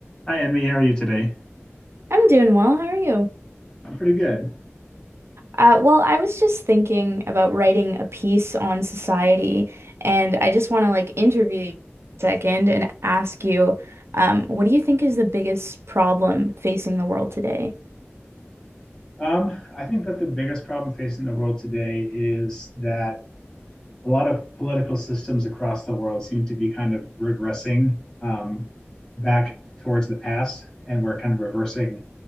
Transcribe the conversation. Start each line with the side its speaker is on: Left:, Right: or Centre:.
Left: Hi, Emmy. How are you today?
Right: I'm doing well. How are you?
Left: I'm pretty good.
Right: Uh, well, I was just thinking about writing a piece on society, and I just want to like interview you a second and ask you, um, what do you think is the biggest problem facing the world today?
Left: Um, I think that the biggest problem facing the world today is that a lot of political systems across the world seem to be kind of regressing um, back towards the past, and we're kind of reversing